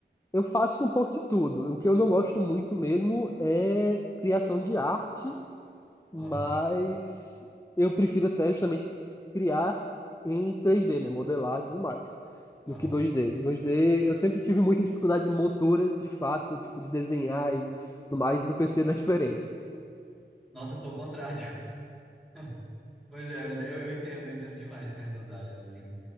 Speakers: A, on the left; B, in the centre.
A: Eu faço um pouco de tudo. O que eu não gosto muito mesmo é criação de arte Mas
B: Aham,
A: eu prefiro até justamente criar em 3D, né? Modelar e tudo mais,
B: aham.
A: do que 2D. 2D, eu sempre tive muita dificuldade motora, de fato, tipo, de desenhar e tudo mais. No PC não é diferente.
B: Nossa, eu sou o contrário. <laughs> Pois é, mas eu, eu entendo, eu entendo demais, tem essas áreas, assim.